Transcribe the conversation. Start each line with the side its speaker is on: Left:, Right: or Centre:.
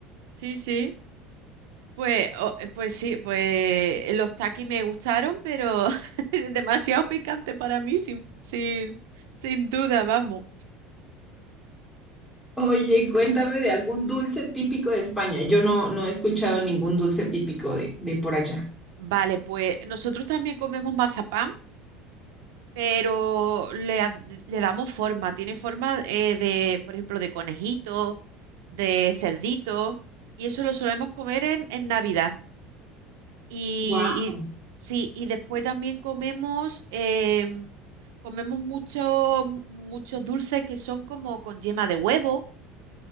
Right: sí, sí. Pues, o- eh, pues sí, pues los taquis me gustaron, pero <laughs> demasiado picante para mí, sin, sin, sin duda, vamos.
Centre: Oye, cuéntame de algún dulce típico de España. Yo no, no he escuchado ningún dulce típico de, de por allá.
Right: Vale, pues nosotros también comemos mazapán, pero le, ha- le damos forma. Tiene forma eh, de, por ejemplo, de conejito, de cerdito, y eso lo solemos comer en, en Navidad. Y,
Centre: Wow.
Right: y- sí, y después también comemos, em, comemos mucho- muchos dulces que son como con yema de huevo.